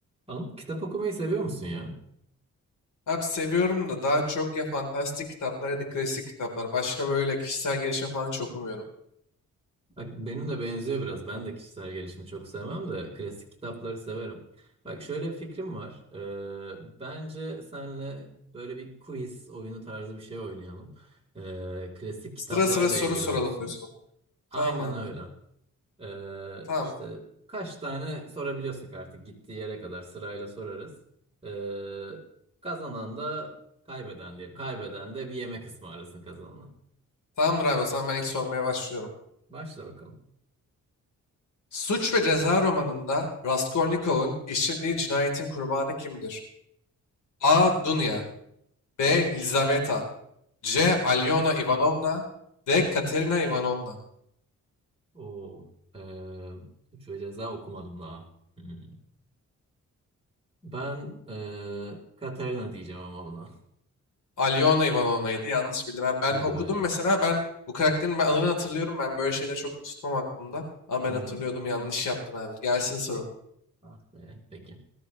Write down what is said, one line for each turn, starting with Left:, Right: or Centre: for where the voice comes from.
Right: Anıl, kitap okumayı seviyor musun ya?
Left: Abi seviyorum da daha çok ya fantastik kitaplar ya da klasik kitaplar. Başka böyle kişisel gelişim falan hiç okumuyorum.
Right: Bak benim de benziyor biraz. Ben de kişisel gelişimi çok sevmem de klasik kitapları severim. Bak şöyle bir fikrim var. Ee, bence senle böyle bir quiz oyunu tarzı bir şey oynayalım. Ee, klasik
Left: Sıra
Right: kitaplarla
Left: sıra soru
Right: ilgili
Left: soralım
Right: olsun.
Left: diyorsun.
Right: Aynen
Left: Tamam abi.
Right: öyle. Ee,
Left: Tamam.
Right: işte kaç tane sorabiliyorsak artık gittiği yere kadar sırayla sorarız. Ee, kazanan da kaybeden diyelim. Kaybeden de bir yemek ısmarlasın kazanana.
Left: Tamamdır abi o zaman ben ilk sormaya başlıyorum.
Right: Başla bakalım.
Left: Suç ve Ceza romanında Raskolnikov'un işlediği cinayetin kurbanı kimdir? A. Dunya B. Lizaveta C. Alyona Ivanovna D. Katerina Ivanovna
Right: O eee suç ve ceza okumadım daha. Hmm. Ben eee Katarina diyeceğim ama buna.
Left: Alyona Ivanovna'ydı. Yanlış bildim. Ha, ben
Right: Hadi
Left: okudum
Right: be.
Left: mesela ben bu karakterin ben adını hatırlıyorum. Ben böyle şeyleri çok tutmam aklımda. Ama
Right: Hı
Left: ben hatırlıyordum.
Right: hı.
Left: Yanlış yaptın abi. Gelsin sorun.
Right: Ah be. Peki.